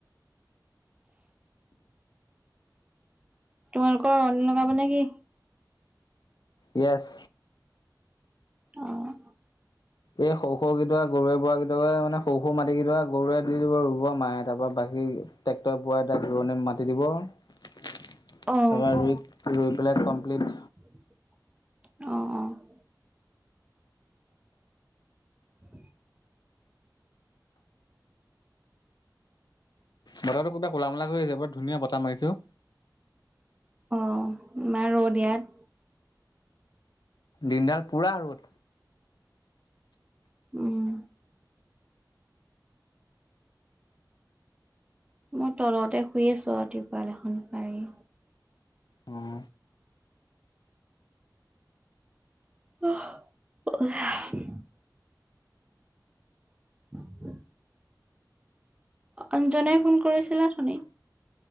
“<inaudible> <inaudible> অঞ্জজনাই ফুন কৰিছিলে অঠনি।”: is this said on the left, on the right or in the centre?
Right